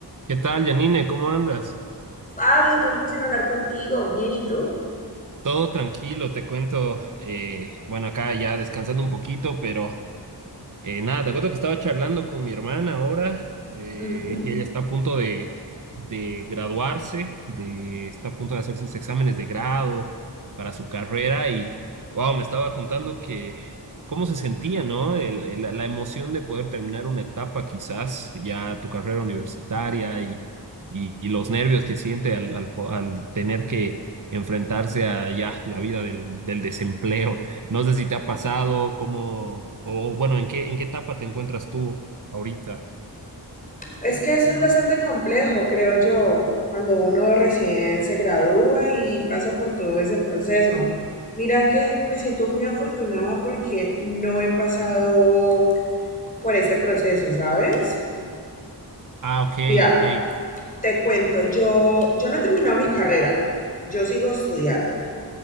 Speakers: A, on the right; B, on the left.
A: ¿Qué tal, Janine? ¿Cómo andas?
B: Fabio, tiempo sin hablar contigo. Bien, ¿y tú?
A: Todo tranquilo, te cuento. eh, bueno, acá ya descansando un poquito, pero Eh, nada, te cuento que estaba charlando con mi hermana ahora. eh,
B: Ujú.
A: ella está a punto de, de graduarse, de, está a punto de hacer sus exámenes de grado para su carrera y, wow, me estaba contando que cómo se sentía, ¿no? El- el- la la emoción de poder terminar una etapa, quizás ya tu carrera universitaria y, y, y los nervios que siente al, al, po- al tener que enfrentarse a ya la vida del, del desempleo. No sé si te ha pasado, cómo, o bueno, ¿en qué, en qué etapa te encuentras tú ahorita?
B: Es que eso es bastante complejo, creo yo, cuando uno recién se gradúa y pasa por todo ese proceso. Mira que me siento muy afortunada porque no he pasado por ese proceso, ¿sabes?
A: Ah, ok,
B: Mira,
A: ok.
B: te cuento, yo, yo no he terminado mi carrera, yo sigo estudiando.